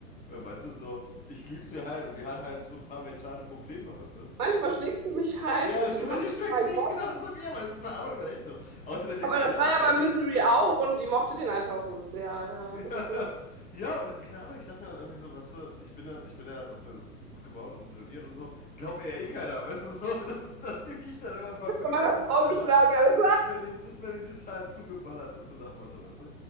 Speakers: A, on the left (about 15°); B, on the right (about 70°).
A: äh, weißt du, so, ich lieb sie halt und die hat halt so ein paar mentale Probleme, weißt du?
B: Manchmal schlägt sie mich halt
A: Ja,
B: mit dem
A: manche
B: Hammer in
A: schmecken
B: meinen
A: sich
B: Kopf.
A: genauso, ja, aber das verarbeitet man echt so. Außerdem denkst
B: Aber
A: du
B: das
A: dir dann
B: war
A: auch
B: ja
A: so,
B: bei
A: weißt
B: Misery
A: du,
B: auch und die mochte den einfach so sehr, ja.
A: Ja,
B: <laughs>
A: ja, und keine Ahnung, ich dachte mir dann irgendwie so, weißt du, ich bin dann, ich bin dann halt auch so gut gebaut und tätowiert und so. Glaubt mir ja eh keiner, weißt du, so, <laughs> dass, dass die mich dann immer vermöbelt
B: Von meiner
A: so
B: Frau
A: miteinander
B: geschlagen, alles.
A: wenn die, wenn die total zugeballert ist, so nach Motto, weißt du?